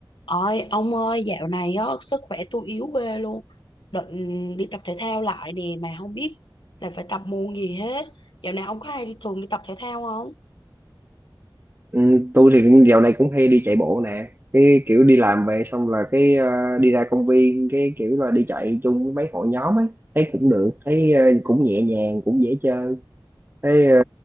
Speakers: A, on the left; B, on the right.
A: Ôi, ông ơi, dạo này á, sức khỏe tôi yếu ghê luôn. Định đi tập thể thao lại nè, mà không biết là phải tập môn gì hết. Dạo này ông có hay đi thường đi tập thể thao không?
B: Ừ, tôi thì cũng dạo này cũng hay đi chạy bộ nè cái kiểu đi làm về xong là cái ờ, đi ra công viên cái kiểu là đi chạy chung với mấy hội nhóm ấy thấy cũng được thấy ờ, cũng nhẹ nhàng cũng dễ chơi thấy ờ,